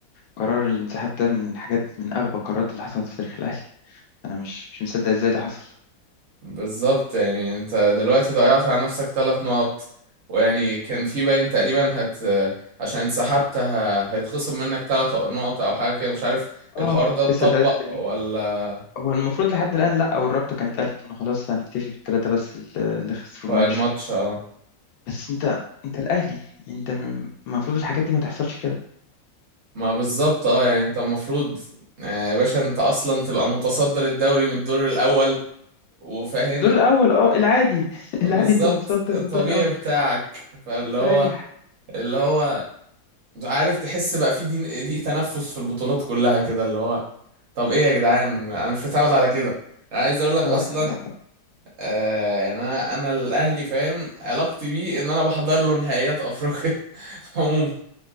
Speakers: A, on the left; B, on the right.
A: قرار الانسحاب ده من الحاجات من أغبى القرارات اللي حصلت في تاريخ الأهلي أنا مش مش مصدق إزاي ده حصل
B: بالظبط يعني انت دلوقتي ضيعت على نفسك ثلاث نقط ويعني كان في باين تقريبا هت عشان سحبت ه... هيتخصم منك ثلاث نقط او حاجه كده مش عارف
A: آه
B: الحوار ده اتطبق
A: لسه ثلاثة تانيين
B: ولا
A: هو المفروض لحد الآن لأ أو الرابطة كانت قالت إنه خلاص هنكتفي بالثلاثة بس اللي اللي خسروا
B: بتوع
A: الماتش
B: الماتش اه
A: بس أنت أنت الأهلي يعني أنت م- المفروض الحاجات دي ما تحصلش كده
B: ما بالظبط اه يعني انت المفروض آه، يا باشا انت اصلا تبقى متصدر الدوري من الدور الاول وفاهم
A: الدور الاول اه العادي <laughs>
B: بالظبط
A: العادي انت متصدر
B: الطبيعي
A: من الدور الاول
B: بتاعك فاللي
A: مستريح
B: هو اللي هو عارف تحس بقى في دي دي تنفس في البطولات كلها كده اللي هو طب ايه يا جدعان انا مش متعود على كده انا عايز اقول
A: مش
B: لك
A: متعود
B: اصلا
A: لا لا
B: آه يعني انا انا الاهلي فاهم علاقتي بيه ان انا بحضر له نهائيات افريقيا <laughs> عموما